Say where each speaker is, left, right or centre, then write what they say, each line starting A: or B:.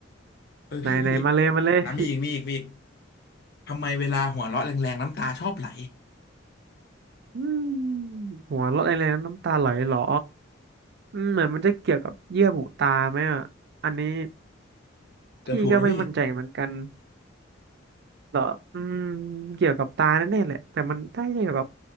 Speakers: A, on the left (about 60°); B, on the right (about 60°).
A: เออพี่พี่
B: ไหนไหนมาเลยมาเลยพี่
A: อ่ามีอีกมีอีกมีอีกทำไมเวลาหัวเราะแรงๆน้ำตาชอบไหล
B: อืมหัวเราะอะไรนะน้ำตาไหลเหรออืมเหมือนมันจะเกี่ยวกับเยื่อบุตาไหมอ่ะอันนี้
A: เกือบถูกแล้วพี่
B: พี่ก็ไม่มั่นใจเหมือนกันเหรออืมเกี่ยวกับตาแน่ๆแหละแต่มันได้เกี่ยวกับ